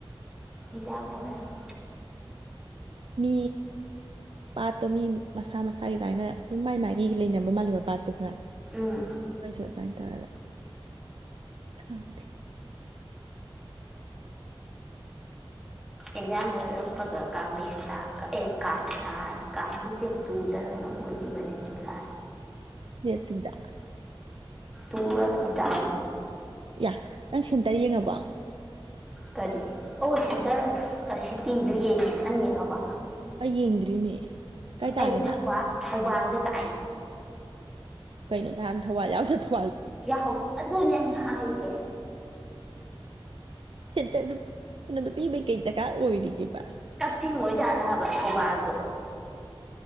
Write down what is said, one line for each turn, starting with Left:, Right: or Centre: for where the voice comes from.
Centre: ꯑꯦꯖꯥꯝ ꯂ ꯍꯥꯏꯔꯒ
Right: ꯃꯤ ꯄꯥꯠꯇꯣ ꯃꯤ ꯃꯁꯥ ꯃꯁꯥꯒꯤ ꯑꯗꯨꯃꯥꯏꯅ ꯑꯗꯨꯝ ꯃꯥꯏ ꯃꯥꯏꯒꯤ ꯂꯩꯅꯕ ꯃꯥꯜꯂꯦꯕ ꯄꯥꯠꯇꯣ ꯈꯔ
Centre: ꯎꯝ
Right: ꯍꯣꯏꯁꯣ ꯇꯥꯏ ꯇꯧꯔꯔ ꯊꯪ
Centre: ꯑꯦꯖꯥꯝ ꯂꯣꯏꯔꯛꯄꯒ ꯀꯥꯡꯦꯟ ꯇ ꯑꯦ ꯀꯥꯡ ꯇꯥꯑꯅꯤ ꯀꯥꯡꯗꯨꯗꯤ ꯇꯨꯗ꯭ꯔ ꯀꯩꯅꯣꯝ ꯑꯣꯏꯈꯤꯕꯅꯤ ꯖꯨꯂ
Right: ꯌꯦꯦꯠꯇꯗ
Centre: ꯎꯝ ꯇꯔ ꯇ
Right: ꯌꯥ ꯅꯪ ꯁꯦꯟꯇꯔ ꯌꯦꯡꯉꯕ
Centre: ꯀꯔꯤ ꯑꯣ ꯍꯦꯟꯇꯔ ꯁꯤꯇꯤꯗꯨ ꯌꯦꯡꯉꯦ ꯅꯪ ꯌꯦꯡꯉꯕ
Right: ꯑꯩ ꯌꯦꯡꯗ꯭ꯔꯤꯅꯦ ꯀꯥꯏ ꯇꯥꯒꯦꯅ
Centre: ꯑꯩ ꯊꯧꯕꯥꯜ ꯊꯧꯕꯥꯜ ꯇꯥꯏ
Right: ꯀꯩꯅꯣ ꯅꯍꯥꯟ ꯊꯧꯕꯥꯜ ꯌꯥꯎꯖꯠꯊꯑꯣ
Centre: ꯌꯥꯎ ꯑꯗꯨꯅꯦ ꯑꯩꯅ ꯍꯥꯏꯁꯦ
Right: ꯇ ꯀꯩꯅꯣꯗꯣ ꯄꯤꯕꯩ ꯀꯩ ꯗꯔꯀꯥꯔ ꯑꯣꯏꯔꯤꯒꯦꯕ
Centre: ꯀꯛꯆꯤꯡ ꯃꯣꯏ ꯥꯠꯂꯕ ꯊꯧꯕꯥꯜꯗꯣ